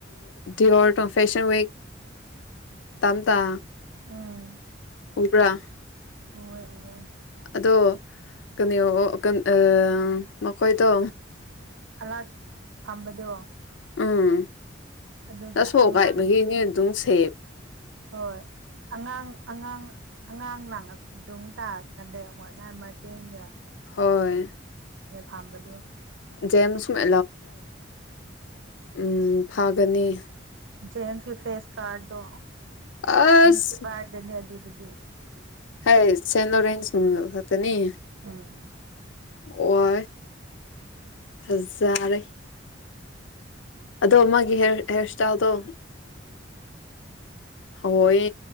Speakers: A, on the left; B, on the right.
A: ꯇꯌꯣ ꯇ ꯐꯦꯁꯟ ꯇꯝ ꯇ
B: ꯎꯝ
A: ꯎꯕ꯭ꯔꯥ
B: ꯎꯋꯦ ꯎꯋꯦ
A: ꯑꯗꯣ ꯀꯅꯤꯌꯣ ꯀꯟ ꯑ ꯃꯈꯣꯏꯗꯣ
B: ꯍꯂꯥꯛ ꯐꯝꯕꯗꯣ
A: ꯎꯝ
B: ꯑꯗꯨꯒ
A: ꯅ ꯁꯣꯒꯥꯏ
B: ꯑꯉꯥꯡ
A: ꯕꯒꯤꯅꯤꯟ ꯗꯨꯡ ꯁꯦꯞ
B: ꯍꯣꯏ ꯑꯉꯥꯡ ꯑꯉꯥꯡ ꯑꯉꯥꯡꯥ ꯂꯥꯡꯉꯛ ꯑꯗꯨꯝ ꯇꯥꯔ ꯀꯥꯟꯗ ꯋꯥꯔꯗ ꯅꯝꯕꯔ ꯇꯦꯟꯒ
A: ꯍꯣꯏ
B: ꯐꯥꯝꯕꯗꯨ
A: ꯖꯦꯝꯁ ꯃꯦ ꯎꯝ ꯐꯥꯒꯅꯤ
B: ꯖꯦꯝꯁꯀꯤ ꯐꯦꯁ ꯀꯥꯔꯗꯣ
A: ꯑꯁ
B: ꯄꯨꯔꯥ ꯑꯦꯡꯁꯦ ꯕꯥꯔꯗꯅꯦ ꯑꯗꯨꯗꯗꯤ
A: ꯍ ꯁꯦꯅꯣ ꯔꯦꯟ ꯁ ꯅꯤ
B: ꯎꯝ
A: ꯑꯣ ꯐꯖꯔꯦ ꯑꯗꯣ ꯃꯥꯒꯤ ꯍꯦꯔ ꯍꯦꯔ ꯏꯁꯇꯥꯏꯜꯗꯣ ꯑ ꯍꯣꯏ